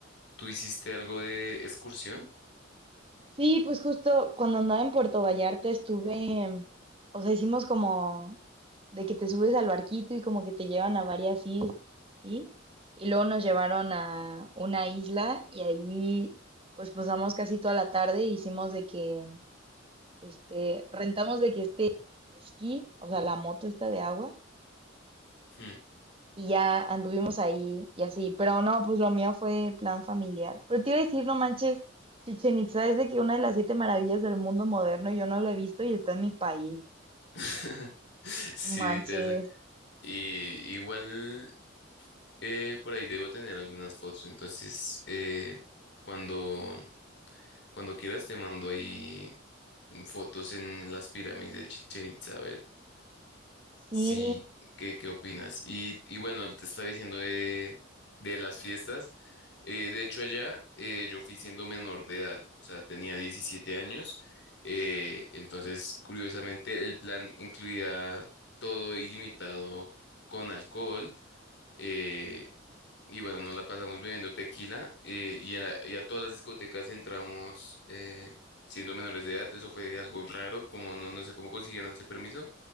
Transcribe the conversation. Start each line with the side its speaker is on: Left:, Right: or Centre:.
Left: ¿Tú hiciste algo de excursión?
Right: Sí, pues justo cuando andaba en Puerto Vallarta estuve, o sea, hicimos como de que te subes al barquito y como que te llevan a varias islas, ¿sí? Y luego nos llevaron a una isla y ahí pues pasamos casi toda la tarde, e hicimos de que, este, rentamos de que este jet ski, o sea, la moto esta de agua,
Left: Hmm.
Right: y ya anduvimos ahí y así, pero no, pues lo mío fue plan familiar. Pero te iba a decir, no manches, Chichen Itza es de que una de las siete maravillas del mundo moderno, yo no lo he visto y está en mi país.
Left: <laughs> Sí,
Right: No manches,
Left: te hace. Y igual eh, por ahí debo tener algunas fotos. Entonces, eh, cuando, cuando quieras te mando ahí fotos en las pirámides de Chichén Itzá.
Right: sí,
Left: Sí, ¿qué, qué opinas? Y, y bueno, te estaba diciendo de, de las fiestas. eh, de hecho, allá eh, yo fui siendo menor de edad, o sea, tenía 17 años. eh, entonces, curiosamente, el plan incluía todo ilimitado con alcohol. eh, y bueno, nos la pasamos bebiendo tequila eh, y, a, y a todas las discotecas entramos eh, siendo menores de edad. Eso fue algo raro, como no, no sé cómo consiguieron ese permiso